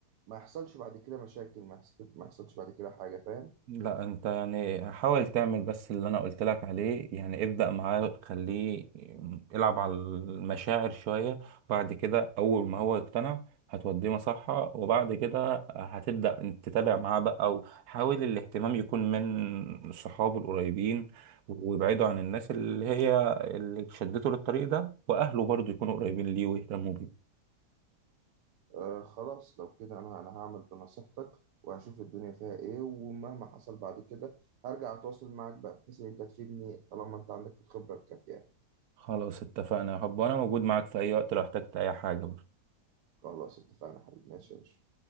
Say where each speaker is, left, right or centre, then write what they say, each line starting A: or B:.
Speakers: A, on the right (about 85°); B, on the right (about 65°).
A: ما يحصلش بعد كده مشاكل ما يحصل ما يحصلش بعد كده حاجة فاهم
B: لا انت يعني حاول تعمل بس اللي انا قلت لك عليه يعني ابدأ معاه خليه يلعب على المشاعر شوية بعد كده اول ما هو يقتنع هتوديه مصحة وبعد كده هتبدأ انت تتابع معاه بقى او حاول الاهتمام يكون من صحابه القريبين وابعده عن الناس اللي هي اللي شدته للطريق ده واهله برضو يكونوا قريبين ليه ويهتموا بيه
A: آه خلاص لو كده أنا أنا هعمل بنصيحتك وهشوف الدنيا فيها إيه ومهما حصل بعد كده هرجع أتواصل معاك بقى بحيث إن أنت تفيدني طالما أنت عندك الخبرة الكافية
B: خلاص اتفقنا يا حب وانا موجود معاك في اي وقت لو احتجت اي حاجة
A: خلاص اتفقنا يا حبيبي ماشي يا باشا